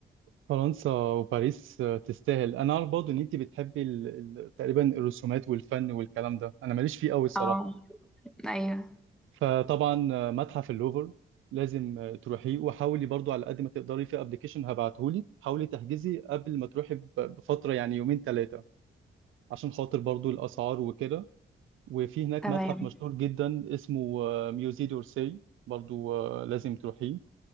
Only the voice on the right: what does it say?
فرنسا وباريس آه، تستاهل انا عارف برضه ان انت بتحبي ال- ال- تقريبا الرسومات والفن والكلام ده انا ماليش فيه قوي الصراحه
فطبعا آه، متحف اللوفر لازم آه، تروحيه وحاولي برضو على قد ما تقدري في ابلكيشن هبعتهولك حاولي تحجزي قبل ما تروحي ب- بفترة يعني يومين ثلاثة عشان خاطر برضو الاسعار وكده وفي هناك
متحف مشهور جدا اسمه ميوزي دورسي برضو آه، لازم تروحيه